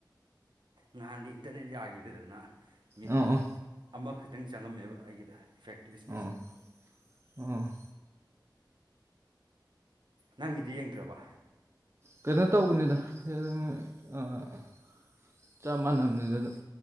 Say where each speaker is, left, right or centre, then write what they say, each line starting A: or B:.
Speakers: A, on the right; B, on the right.
A: ꯅꯍꯥꯟꯗꯤ ꯏꯟꯇꯔꯅꯦꯠ ꯌꯥꯈꯤꯗꯗꯅ ꯃꯤꯅꯤꯠ
B: ꯑꯣ ꯑꯣ
A: ꯑꯃꯈꯛꯇꯪ ꯆꯪꯉꯝꯃꯦꯕ ꯑꯩꯒꯤꯗ ꯏꯐꯦꯛꯇꯤꯞ ꯏꯁꯄꯤꯁꯇꯣ
B: ꯑꯣ ꯑꯣ
A: ꯅꯪꯒꯤꯗꯤ ꯌꯦꯡꯗ꯭ꯔꯕ
B: ꯀꯩꯅꯣ ꯇꯧꯕꯅꯤꯗ <unintelligible> ꯆꯞ ꯃꯥꯟꯅꯕꯅꯤꯗ ꯑꯗꯨꯝ